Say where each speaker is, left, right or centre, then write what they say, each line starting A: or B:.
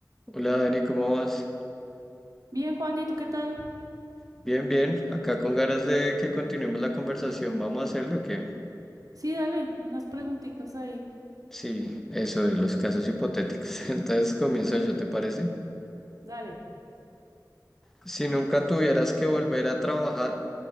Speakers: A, in the centre; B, on the right (about 55°).
A: Hola Dani, ¿cómo vas?
B: Bien, Juan, ¿y tú qué tal?
A: Bien, bien. Acá con ganas de que continuemos la conversación. ¿Vamos a hacerlo o qué?
B: Sí, dale, unas preguntitas ahí.
A: Sí, eso de los casos hipotéticos. <laughs> Entonces comienzo
B: Mm.
A: yo, ¿te parece?
B: Dale.
A: Si nunca tuvieras que volver a trabajar,